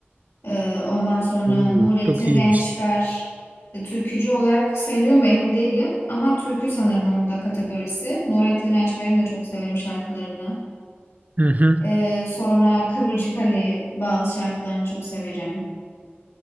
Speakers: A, on the left (about 85°); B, on the right (about 40°).
A: e, ondan sonra
B: Oo,
A: Nurettin
B: çok iyiymiş.
A: Rençber. E, Türkücü olarak sayılıyor mu emin değilim. Ama türkü sanırım onun da kategorisi. Nurettin Rençber'in de çok severim şarkılarını.
B: Hı hı.
A: E, sonra Kıvırcık Ali bazı şarkılarını çok severim.